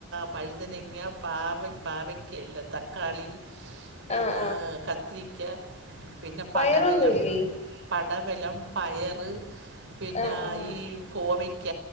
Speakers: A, on the right; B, on the left.
A: പഴുതനങ്ങ പാവി പവി ഒക്കെയല്ല തക്കാളി പിന്നെ
B: ആഹ്
A: കത്തിരിക്ക പിന്നെ
B: പയറൊന്നുമില്ലേ
A: പടവലം പടവലം, പയറ് പിന്നാ
B: ആഹ് ആഹ്
A: ഈ കോവയ്ക്ക